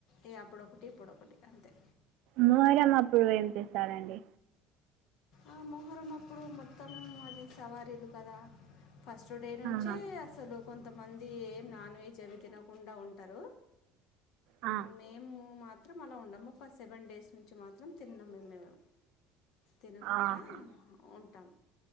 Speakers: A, on the left; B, on the right.
A: ఏ అప్పుడు ఒకటి ఇప్పుడు ఒకటి అంతే
B: మొహరం అప్పుడు ఏం చేస్తారండీ
A: ఆ మొహరం అప్పుడు మొత్తం అది సవారీలు కదా ఫస్ట్ డే నుంచే
B: ఆహా
A: అస్సలు కొంతమంది ఏం నాన్ వెజ్ అవి తినకుండా ఉంటారు
B: ఆ
A: మేము మాత్రం అలా ఉండము ఒక సెవెన్ డేస్ నుంచి మాత్రం తిన్నాము మే మేము తినకుండా
B: ఆహా
A: ఉంటాం